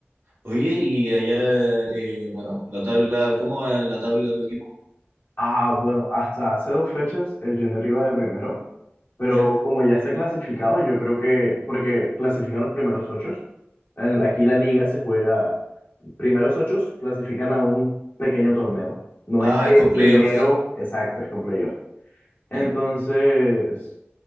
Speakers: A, on the right; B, on the left.
A: Oye, y allá, eh, bueno, la tabla, ¿cómo va en la tabla tu equipo?
B: Ah, bueno, hasta hace dos fechas el Junior iba de primero, pero
A: ¿Ya?
B: como ya está clasificado, yo creo que, porque clasifican los primeros ocho, en- aquí la liga se juega primeros ocho clasifican a un pequeño torneo. No es
A: Ah,
B: que
A: es
B: el
A: con playoffs.
B: primero, exacto, es con playoff. Entonces,
A: Ya,